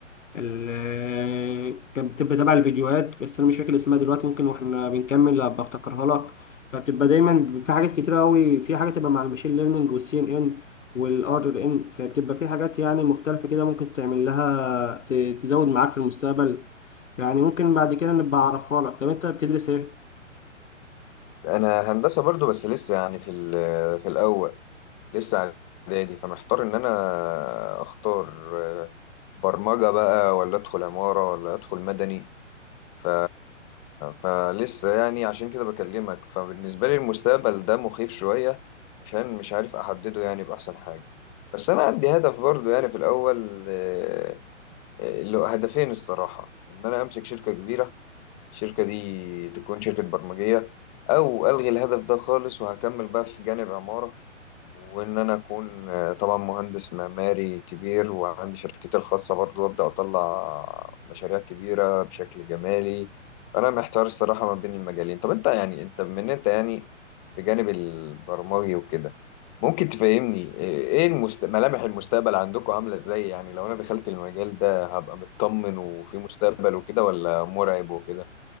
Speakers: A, on the left; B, on the left.
A: ال- كانت بتبقى تبع الفيديوهات بس انا مش فاكر اسمها دلوقتي ممكن واحنا بنكمل ابقى افتكرها لك فبتبقى دايما في حاجات كتير قوي في حاجه تبقى مع المشين ليرنينج والسي ان ان والار ان فبتبقى في حاجات يعني مختلفه كده ممكن تعمل لها ت- تزود معاك في المستقبل يعني ممكن بعد كده نبقى اعرفها لك طب انت بتدرس ايه
B: انا هندسه برضه بس لسه يعني في ال- في الاول لسه اعدادي فمحتار ان انا اختار آه، برمجه بقى ولا ادخل عماره ولا ادخل مدني ف... فلسه يعني عشان كده بكلمك فبالنسبة لي المستقبل ده مخيف شوية عشان مش عارف أحدده يعني بأحسن حاجة بس أنا عندي هدف برضو يعني في الأول آه، آه، اللي هو هدفين الصراحة إن أنا أمسك شركة كبيرة الشركة دي تكون شركة برمجية أو ألغي الهدف ده خالص وهكمل بقى في جانب عمارة وإن أنا أكون آه، طبعا مهندس معماري كبير وعندي شركتي الخاصة برضو وأبدأ أطلع مشاريع كبيرة بشكل جمالي أنا محتار الصراحة ما بين المجالين طب أنت يعني أنت بما إن أنت يعني في جانب البرمجي وكده ممكن تفهمني آه، إيه المست... ملامح المستقبل عندكم عاملة إزاي يعني لو أنا دخلت المجال ده هبقى مطمن وفي مستقبل وكده ولا مرعب وكده